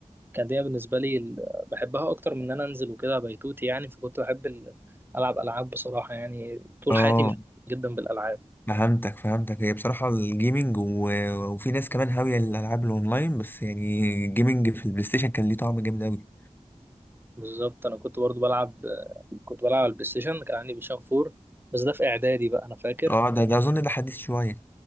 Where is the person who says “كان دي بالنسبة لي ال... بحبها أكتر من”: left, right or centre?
Right